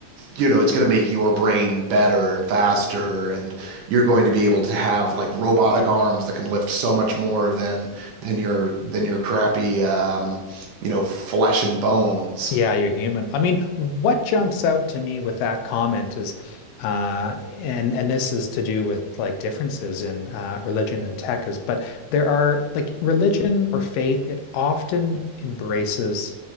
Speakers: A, on the right; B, on the left.
A: you know, it's gonna make your brain better and faster, and you're going to be able to have like robotic arms that can lift so much more than than your than your crappy um, you know, flesh and bones.
B: Yeah, you're human. I mean, what jumps out to me with that comment is, uh, and and this is to do with like differences in uh, religion and tech is, but there are like religion or faith, it often embraces